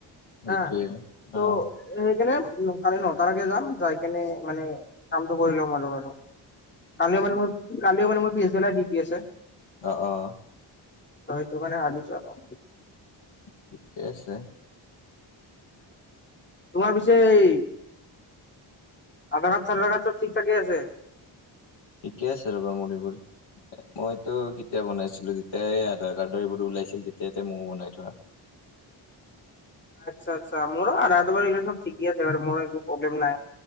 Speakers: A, on the left; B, on the left.
A: সেইটোৱে
B: হা, তো-
A: অ
B: সেইকাৰণে কালি নটাৰ আগে যাম, যাই কেনে মানে কামটো কৰি ল'ম আৰু আৰু- কালিও মানে কালিও মানে মোৰ পিছ বেলাই ডিউতি আছে।
A: অঁ, অঁ।
B: ত সেইটো কাৰনে ভাবিছো আৰু।
A: ঠিকে আছে।
B: তোমাৰ পিছে এই আধাৰ কাৰ্ড চাধাৰ কাৰ্ড চব ঠিক ঠাকে আছে।
A: ঠিকে আছে ৰ'বা মোৰ এইবোৰ। মইতো কেতিয়া বনাইছিলো যেতিয়া এই আধাৰ কাৰ্ড এইবোৰো ওলাইছিল তেতিয়াতে ময়ও বনাই থোৱা।
B: আচ্ছা, আচ্ছা মোৰ আধাৰটো ঠিকেই আছে বাৰু মোৰ একো প্ৰব্লেম নাই,